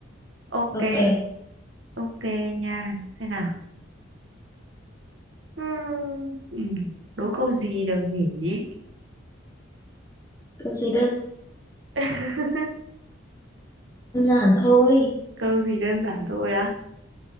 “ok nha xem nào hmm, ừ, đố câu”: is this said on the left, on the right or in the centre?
Right